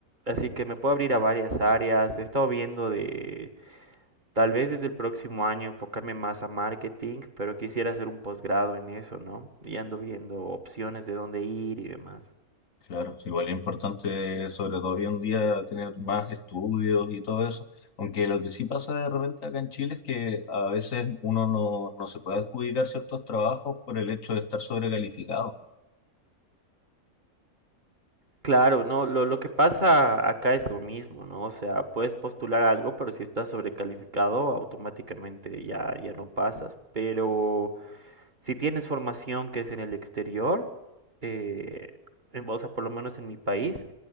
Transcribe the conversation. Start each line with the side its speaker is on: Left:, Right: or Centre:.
Right: así que me puedo abrir a varias áreas, he estado viendo de, tal vez desde el próximo año enfocarme más a marketing, pero quisiera hacer un posgrado en eso, ¿no? Y ando viendo opciones de dónde ir y demás.
Left: Claro, igual es importante, sobre todo hoy en día, tener más estudios y todo eso. Aunque lo que sí pasa de repente acá en Chile es que a veces uno no, no se puede adjudicar ciertos trabajos por el hecho de estar sobrecalificado.
Right: Claro, no, lo, lo que pasa acá es lo mismo, ¿no? O sea, puedes postular algo, pero si estás sobrecalificado, automáticamente ya, ya no pasas. Pero si tienes formación que es en el exterior, eh, en- o sea, por lo menos en mi país,